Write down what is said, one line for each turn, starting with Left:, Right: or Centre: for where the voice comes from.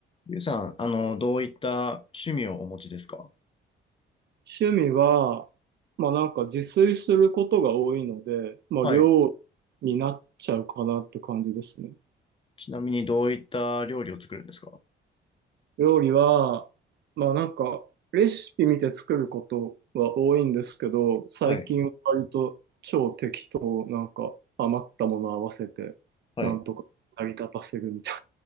Left: ゆうさん、あの、どういった趣味をお持ちですか
Right: 趣味は、まあなんか自炊することが多いので、まあ料
Left: はい。
Right: 理になっちゃうかなって感じですね。
Left: ちなみにどういった料理を作るんですか
Right: 料理は、まあなんかレシピ見て作ることは多いんですけど、最近は割と超適当、
Left: はい。
Right: なんか余ったもの合わせて、
Left: はい。
Right: なんとか成り立たせるみたい